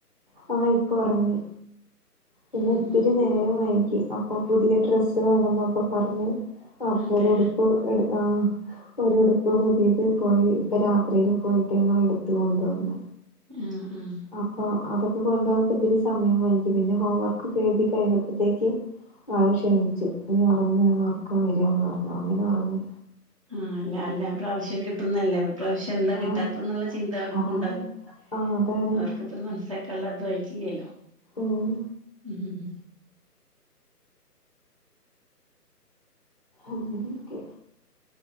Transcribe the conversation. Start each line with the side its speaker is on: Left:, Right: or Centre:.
Left: പാള് ഇപ്പൊ ഉറങ്ങി പിന്നെ
Right: ഉം
Left: ഒത്തിരി
Right: ഉം
Left: നേരെ വൈകി അപ്പൊ പുതിയ ഡ്രസ്സ് വേണം എന്നൊക്കെ പറഞ്ഞ് അപ്പരു
Right: അതെ
Left: ഉടുപ്പ് എ ആഹ് ഒരുടുപ്പ് പുതിയത് പോയി ഇപ്പ രാത്രില് പോയിട്ട് ഞങ്ങൾ എടുത്ത് കൊണ്ടുവന്നു
Right: ആഹ് ആഹ്
Left: അപ്പൊ അതൊക്കെ കൊണ്ടുവന്നപ്പോ ഒത്തിരി സമയംമായിരിക്കും പിന്നെ ഹോം വർക്കൊക്കെ എഴുതി കഴിഞ്ഞപ്പോഴത്തേക്ക് ആള് ക്ഷീണിച്ചു ഇനി ഒറങ്ങാണ് ഒറക്കം വരാന്ന് പറഞ്ഞു അങ്ങനെ ഒറങ്ങി
Right: ആഹ് അല്ല അല്ലാ പ്രാവശ്യം കിട്ടുന്നല്ലേ ഇപ്രാവശ്യം കന്താ കിട്ടാത്തന്നുള്ള
Left: ആഹ്
Right: ചിന്ത അവർക്കുണ്ടാവും
Left: അതാണ് ആഹ് അതാണ്
Right: അവർക്കിപ്പത് മനസ്സിലാക്ക കള്ളോ <unintelligible>
Left: ഓഹ്
Right: ഉം ഉം
Left: അന്തനിക്കെ